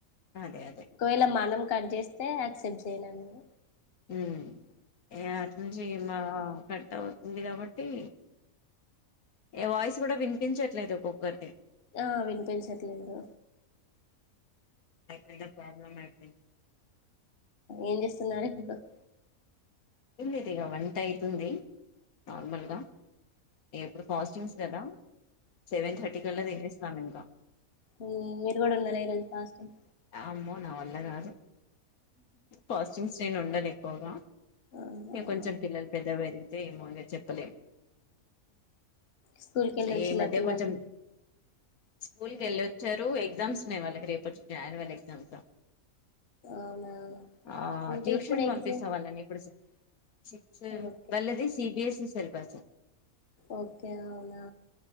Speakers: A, on the left (about 80°); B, on the left (about 45°).
A: అదే అదే
B: ఒకవేళ మనం కట్ జేస్తే ఆసెప్ట్ జే తేనంగా
A: ఊ ఏ అటి నుంచి మా కట్ట అవుతుంది కాబట్టి ఏ వాయిస్ కూడా వినిపించట్లేదు ఒక్కొక్కరిది
B: ఆ వినిపించట్లేదు
A: ఎ పెద్ద ప్రాబ్లమ్ ఐపోయింది
B: ఏం చేస్ తెల్లారే <unintelligible>
A: తిన్లేదిగ వంట అయితుంది నార్మల్గా ఎప్పుడు ఫాస్టింగ్స్ కదా సెవెన్ థర్టీ కలా రివేస్ స్తాంమింక
B: ఈ ఇయర్ కూడా ఉండలేను ఫాస్టింగ్.
A: అమ్మో నా వల్ల కాదు పాస్టింగ్స్ నేను ఉండను ఎక్కువగా
B: ఆ
A: ఇగ
B: అవునా
A: కొంచెం పిల్లలు పెద్దగ పెరి ఏమో ఇంగ చెప్పలే
B: స్కూల్కెళ్ళొచ్చిల
A: ఈ మధ్య
B: పిల్లలు
A: కొంచెం స్కూల్ కి ఎళ్ళోచ్చారు ఎగ్జామ్స్ ఉన్నాయి వాళ్ళకి రేపటి క్యాజువల్ ఎగ్జామ్సు
B: అవునా
A: ఆ
B: అంటే
A: ట్యూషన్
B: ఇప్పుడు ఎగ్జామ్
A: పంపిస్తా వాళ్ళని ఇప్పుడు సిస్క్
B: ఓకే
A: వల్ళది C B S E syllabus
B: okay అవునా